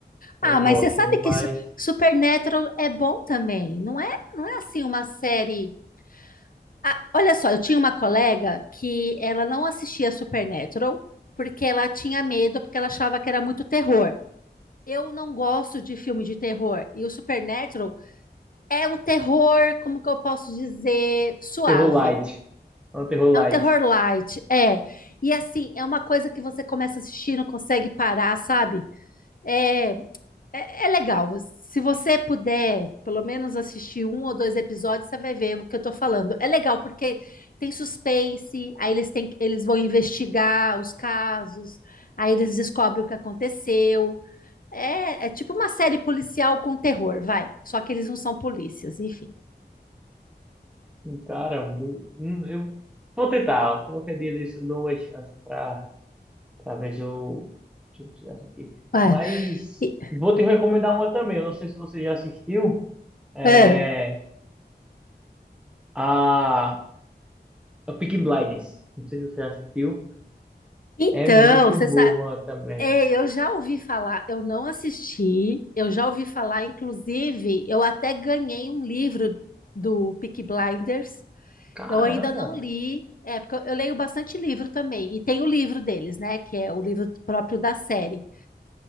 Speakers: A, on the left (about 55°); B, in the centre.
A: Ah,
B: Eu
A: mas
B: gosto,
A: você sabe
B: mas
A: que Su- Supernatural é bom também, não é? Não é assim uma série. Ah, olha só, eu tinha uma colega que ela não assistia Supernatural porque ela tinha medo, porque ela achava que era muito terror. Eu não gosto de filme de terror. E o Supernatural é um terror, como que eu posso dizer, suave.
B: terror light, é um terror light.
A: É um terror light, é. E assim, é uma coisa que você começa a assistir, não consegue parar, sabe? É, é, é legal. Se você puder, pelo menos assistir um ou dois episódios, você vai ver o que eu tô falando. É legal porque tem suspense, aí eles têm, eles vão investigar os casos, aí eles descobrem o que aconteceu. É, é tipo uma série policial com terror, vai. Só que eles não são polícias, enfim.
B: Cara, mu- hum, eu vou tentar. Qualquer dia desse eu dou uma chance para para ver se eu se eu consigo assistir.
A: Ué,
B: Mas
A: e-
B: vou te recomendar uma também. Eu não sei se você já assistiu. É
A: é.
B: a A Peaky Blinders. Não sei se você já assistiu.
A: Então,
B: É muito
A: você
B: boa
A: sabe.
B: também.
A: É, eu já ouvi falar, eu não assisti, eu já ouvi falar, inclusive, eu até ganhei um livro do Peaky Blinders,
B: Caramba!
A: eu ainda não li, é, porque eu, eu leio bastante livro também, e tem o livro deles, né, que é o livro próprio da série.